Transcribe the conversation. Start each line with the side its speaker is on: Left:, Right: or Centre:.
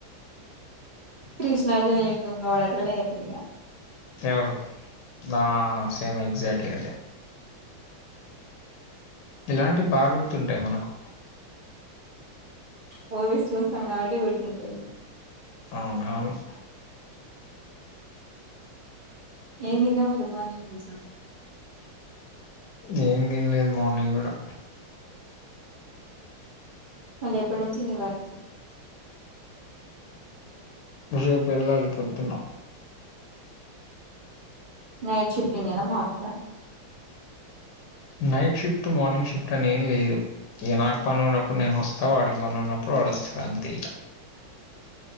Right: కృష్ణార్జున యుద్ధంలో వాడు అట్లనే చేతడుగా
Left: ఎవరు నా సేమ్ ఎక్జాక్ట్లీ అదే ఇలాంటివి బాగుర్తుంటాయి మనకు
Right: మూవీస్ చూస్తుం కాబట్టి గుర్తుంటాయి
Left: అవునవును
Right: ఏమి తిన్నావ్ మరి మార్నింగ్ నుంచి
Left: ఏం తిన్లేదు మార్నింగ్ కూడా
Right: మళ్ళీ ఎప్పటి నుంచి నీవార్క్
Left: రేపు వెళ్ళాలి పొద్దున్న
Right: నైట్ షిఫ్టింగ్ గేనా మార్నింగ్ ఆ
Left: నైట్ షిఫ్ట్ మార్నింగ్ షిఫ్ట్ అని లేదు ఈ నాకు పని ఉన్నప్పుడు నేను వస్తావు వాడికి పని ఉన్నప్పుడు వాడు వస్తాడు అంతే ఇగా